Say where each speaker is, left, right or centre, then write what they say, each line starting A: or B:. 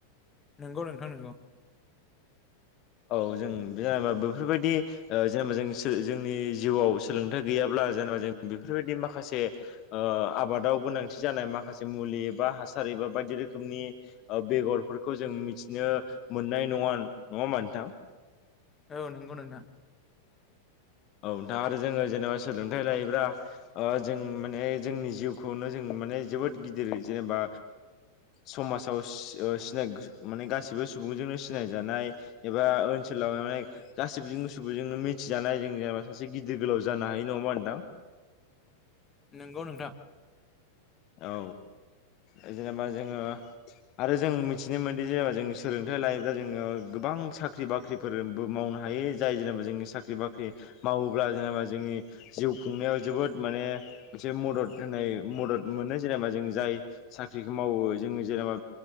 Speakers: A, on the left (about 20°); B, on the left (about 35°).
A: नंगौ नोंथां नोंगौ।
B: औ जों जेनेबा बेफोरबायदि जेनेबा जों जोंनि जिउआव सोलोंथाइ गैयाब्ला। जेनेवा जों बेफोरबायदि माखासे ओ आबादाव गोनांथि जानाय माखासे मुलि एबा हासार बा बायदि रोखोमनि बेगरफोरखौ जों मिथिनो मोननाय नङा नङामोन नोंथां।
A: औ नंगौ नोंथां।
B: औ दा आरो जोङो जेनेबा सोलोंथाइ लायोब्ला जों माने जोंनि जिउखौनो जों माने जोबोद गिदिर जेनेबा समाजाव सिनाय माने गासिबो सुबुंजोंनो सिनायजानाय एबा ओनसोलाव माने गासिबजोंबो सुबुंजोंनो मिथिजानाय जोङो नेबा सासे गिदिर गोलाव जानो हायो नङा होमबा नोंथां।
A: नंगौ नोंथां
B: औ औ जेनेबा जोङो आरो जों मिथिनो मोनोदि जेनेबा जों सोलों थाइ लायोब्ला जोङो गोबां साख्रि बाख्रिफोरबो मावनो हायो जाय जेनेबा जोंनि साख्रि बाख्रि माव मावोब्ला जेनेबा जोंनि जिउ खुंनायाव जोबोद माने मोनसे मदद होनाय मदद मोनो जेनेबा जों जाय साख्रिखौ मावो जोङो जेनेबा